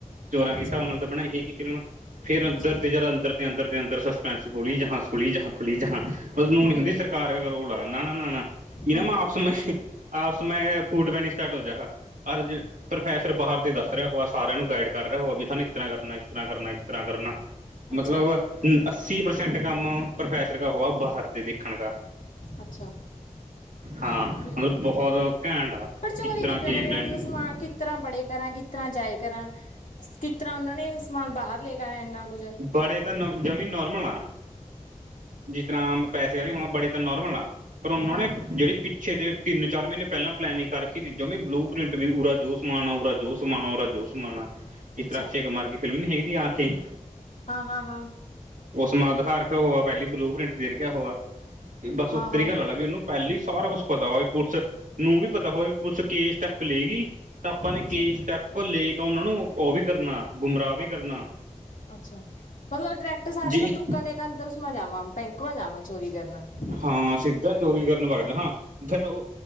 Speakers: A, on the right; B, on the left.
A: ਚੋਰਾਂ
B: ਅੱਛਾ
A: ਕੇ ਹਿਸਾਬ ਨਾਲ ਤਾਂ ਬਣਾਈ ਸੀ ਫਿਲਮ ਫੇਰ ਅੰਦਰ
B: ਅੱਛਾ
A: ਤੇ ਜਦ ਅੰਦਰ। ਅੰਦਰ ਦੇ ਅੰਦਰ ਸਸਪੈਂਸ ਖੋਲੀ ਜਹਾਂ ਖੌਲੀ ਜਹ ਖੌਲੀ ਜਹਾਂ। ਨੂੰ ਨੀ
B: ਫੇਰ
A: ਹੁੰਦੀ ਸਰਕਾਰ ਰੋਲ ਆ ਨਾ ਨਾ ਨਾ ਨਾ ਜ
B: ਹਮ
A: ਨਾ ਮੈਂ ਆਪਸ ਮੇ ਆਪਸ ਮੇ। <unintelligible> ਜਾ ਅਰਜ ਪ੍ਰੋਫੈਸਰ ਬਾਰ ਤੇ ਦੱਸ ਦੱਸ ਰਿਹਾ ਹੋ ਸਾਰਿਆਂ ਨੂੰ ਗਾਈਡ ਕਰ ਰਿਹਾ ਹੋ ਵੀ ਸਾਨੂੰ ਇਸ ਤਰ੍ਹਾਂ ਕਰਨਾ ਇਸ ਤਰ੍ਹਾਂ ਕਰਨਾ ਇਸ ਤਰ੍ਹਾਂ ਕਰਨਾ। ਮਤਲਬ
B: ਅੱਛਾ
A: ਅੱਸੀ ਪ੍ਰਸੈਂਟ ਕੰਮ ਪ੍ਰੋਫੈਸਰ ਕਾ ਹੋਆ ਬਾਹਰ ਤੇ ਦੇਖਣ ਕਾ।
B: ਅੱਛਾ।
A: ਹਾਂ ਮਤਲਬ
B: ਫਿਰ
A: ਬਹੁਤ ਘੈਂਟ ਆ
B: ਪਰ ਚੋਰੀ
A: ਕਿਸ ਤਰ੍ਹਾਂ
B: ਕਿੱਦਾਂ
A: ਕੇ
B: ਕਰਿਆ
A: ਪਲਨਿੰਗ
B: ਮਤਲਬ ਸਮਾਨ ਕਿ। ਕਿਤਰ੍ਹਾਂ ਬੜੇ ਕਰਾਂ ਕਿਤਰ੍ਹਾਂ ਜਾਏ ਕਰਾਂ ਕਿਤਰ੍ਹਾਂ ਓਹਨਾਂ ਨੇ ਸਮਾਨ ਬਾਹਰ ਲੈ ਕੇ ਆਨਾ ਏਨਾ ਕੁੱਝ।
A: ਬੜੇ ਤਾਂ ਜਮੀ ਨੋਰਮਲ ਆ। ਜਿਸ ਤਰ੍ਹਾ ਆਮ ਪੈਸੇ ਵਾਲੇ ਹ ਬੜੇ ਤਾਂ ਨੋਰਮਲ ਆਂ। ਪਰ ਓਹਨਾਂ
B: ਹਾਂ
A: ਨੇ ਜੇਹੜੀ ਪਿੱਛੇ ਦੇ ਤਿੰਨ ਚਾਰ ਮਹੀਨੇ ਪਹਿਲਾਂ ਪਲੈਨਿਂਗ ਕਰ ਰਖੀ ਤੀ ਜਮੀ ਬਲੂ ਪ੍ਰਿੰਟ ਵੀ ਪੂਰਾ ਜੋਸ਼। ਸਮਣਾ ਓ ਜੋ ਸਮਾਣਾ ਓਰਾ ਜੋ ਸਮਾਣਾ ਇਸ
B: ਅੱਛਾ।
A: ਤਰ੍ਹਾਂ ਅਕਸ਼ੇ ਕੁਮਾਰ ਕੇ ਫਿਲਮ ਨੀ ਹੈਗੀ ਥੀ ਆਂਖੇ।
B: ਹਾਂ ਹਾਂ ਹਾਂ।
A: ਓਸ ਮਾਂ ਦਿਖਾ ਰਕੇਆ ਹੋਆ ਪਹਿਲੀ ਬਲੂ ਪ੍ਰਿੰਟ ਦੇ ਰੱਖਿਆ ਹੋਆ ਬਸ ਉਤਰੀ
B: ਹਾਂ ਹਾਂ
A: ਕੇ ਲੜੇ ਵੀ ਓਹਨੂੰ। ਪਹਿਲੇ ਹੀ ਸਾਰਾ ਕੁਛ ਪਤਾ ਹੋ ਵੀ ਪੁਲਿਸ ਨੂੰ ਵੀ ਪਤਾ ਹੋਏ ਵੀ ਪੁਲਿਸ ਕਿ ਸਟੈਪ ਲਏਗੀ। ਤਾਂ ਆਪਾਂ ਨੇ
B: ਅੱਛਾ
A: ਕੀ ਸਟੈਪ ਲੈ ਕੇ ਓਹਨਾਂ ਨੂੰ ਓਹ ਵੀ ਕਰਨਾ ਗੁੰਮਰਾਹ ਵੀ ਕਰਨਾ।
B: ਅੱਛਾ ਮਤਲਬ ਡੈ੍ਕਟ ਸਾਰੇ
A: ਜੇ ਇੱਕ
B: ਬੰਦੂਕਾਂ ਲੇਕੇ ਅੰਦਰ ਉਸਮਾ ਜਾਵਾ ਬੈਂਕਾ ਮ ਜਾਵਾਂ ਚੋਰੀ ਕਰਨੇ।
A: ਹਾਂ ਸਿੱਧਾ ਚੋਰੀ ਕਰਨ ਵਗ ਜ ਹਾਂ ਫਿਰ ਓਹ